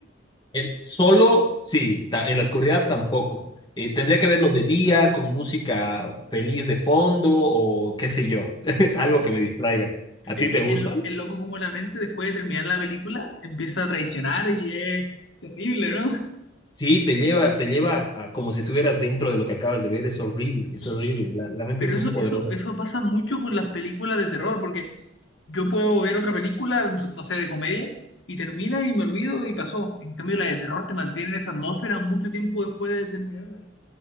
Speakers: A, on the left; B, on the left.
A: el- solo, sí, ta- en la oscuridad tampoco. Eh, tendría que verlo de día, con música feliz de fondo o qué sé yo, <laughs> algo que me distraiga. ¿A
B: Es
A: ti
B: que
A: te gusta?
B: el, lo- el loco como la mente después de terminar la película te empieza a traicionar y es terrible, ¿no?
A: Sí, te lleva, te lleva a como si estuvieras dentro de lo que acabas de ver. Es horrible,
B: <laughs>
A: es horrible. La, la mente
B: Pero
A: es muy
B: eso,
A: poderosa.
B: eso, eso pasa mucho con las películas de terror, porque yo puedo ver otra película, no sé, de comedia, y termina y me olvido y pasó. En cambio, la de terror te mantiene en esa atmósfera mucho tiempo después de terminarla.